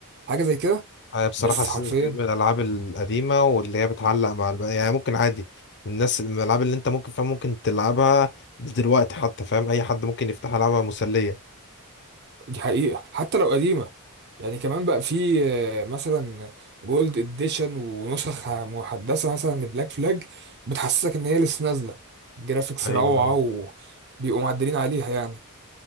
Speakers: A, on the right (about 50°); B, on the left (about 55°).
A: حاجه زي كده
B: هي بصراحة
A: بس
B: سلسلة
A: حرفيا
B: كانت من الالعاب القديمة واللي هي بتعلق مع الب... يعني ممكن عادي الناس من الالعاب اللي انت ممكن فاهم ممكن تلعبها دلوقتي حتى فاهم اي حد ممكن يفتح العابها مسلية
A: دي حقيقة حتى لو قديمة يعني كمان بقى في آه، مثلا جولد اديشن ونسخ محدثة مثلا لبلاك فلاج بتحسسك ان هي لسه نازلة جرافيكس
B: ايوه
A: روعة وبيبقوا معدلين عليها يعني